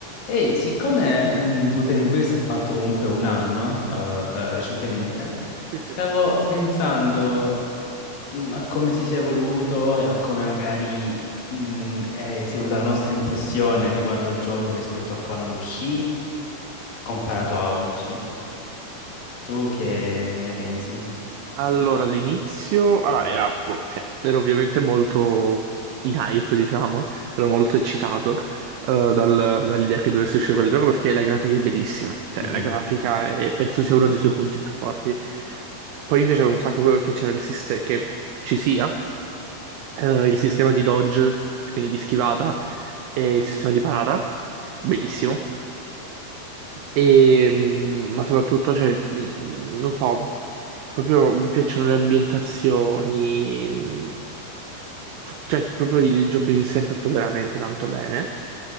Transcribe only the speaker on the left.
Ehi, siccome mh, Wuthering Waves ha fatto comunque un anno eh, da- recentemente,
stavo
pensando mh, a come si sia evoluto e a come magari mh, eh, si è evoluta la nostra impressione riguardo il gioco rispetto a quando uscì comparato a oggi. Tu che
ne pensi?
Mhm.